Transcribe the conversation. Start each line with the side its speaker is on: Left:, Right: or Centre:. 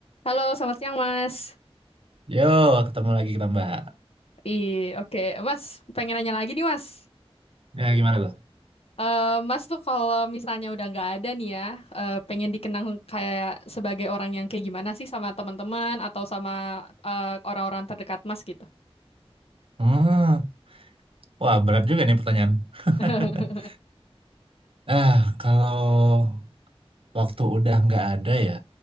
Left: Halo, selamat siang Mas.
Right: Yo, ketemu lagi kita Mbak.
Left: Ih, oke. Mas, pengen nanya lagi nih Mas.
Right: Ya, gimana tuh?
Left: Eh, mas tuh kalau misalnya udah nggak ada nih ya, eh, pengen dikenang kayak sebagai orang yang kayak gimana sih sama teman-teman atau sama eh, orang-orang terdekat Mas gitu?
Right: Hmm, wah berat juga nih pertanyaan. <laughs>
Left: <laughs>
Right: Ah, kalau waktu udah nggak ada ya,